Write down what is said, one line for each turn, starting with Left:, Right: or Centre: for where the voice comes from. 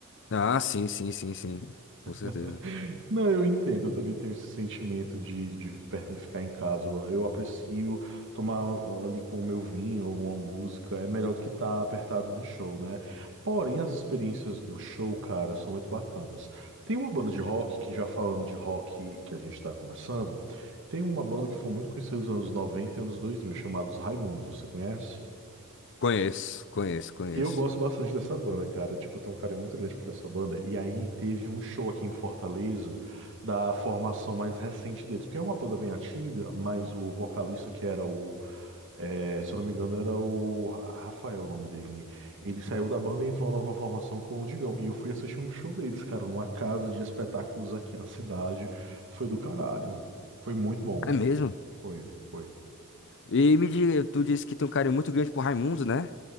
Left: Ah, sim, sim, sim, sim. Com certeza.
Right: <laughs> Não, eu entendo. Eu também tenho esse sentimento de, de perten- ficar em casa. Eu eu aprecio tomar ah, ali com o meu vinho, alguma música. É melhor do que estar apertado no show, né? Porém, as experiências do show, cara, são muito bacanas. Tem uma banda de rock, que já falando de rock que a gente está conversando, tem uma banda que foi muito conhecida nos anos 90, e anos 2000, chamados Raimundos. Você conhece?
Left: Conheço, conheço, conheço.
Right: Eu gosto bastante dessa banda, cara. Tipo, eu tenho um carinho muito grande por essa banda. E aí teve um show aqui em Fortaleza da formação mais recente deles, porque é uma banda bem antiga, mas o vocalista que era o, é, se eu não me engano, era o Ra- Rafael, o nome dele. Ele saiu da banda e entrou uma nova formação com o Digão. E eu fui assistir um show deles, cara, numa casa de espetáculos aqui na cidade. Foi do caralho. Foi muito bom.
Left: É mesmo?
Right: Foi, foi.
Left: E me diga, tu disse que tem um carinho muito grande por Raimundo, né?